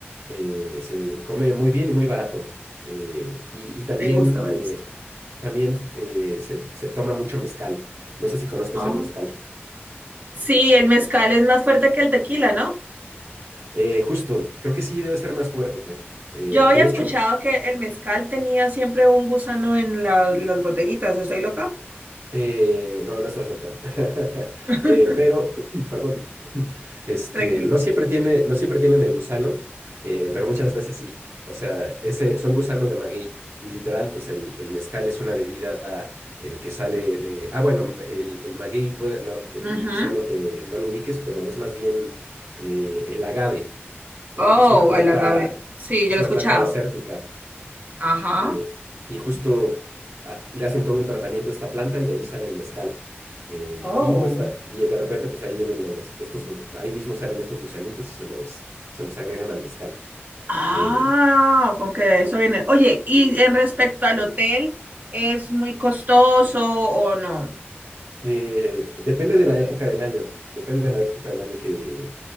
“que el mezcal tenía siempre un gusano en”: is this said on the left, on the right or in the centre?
Right